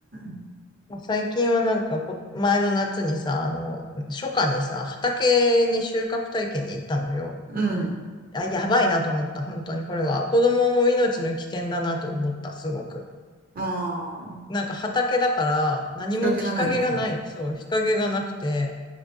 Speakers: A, on the right; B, on the left.
A: ん、
B: まあ最近はなんかこ、前の夏にさ、あの、初夏にさ、畑に収穫体験に行ったのよ。
A: うん。
B: あ、やばいなと思った、本当にこれは。子供も命の危険だなと思った、すごく。
A: ああ、
B: なんか畑だから、何も日陰がない、
A: 日陰がないのか。
B: そう、日陰がなくて、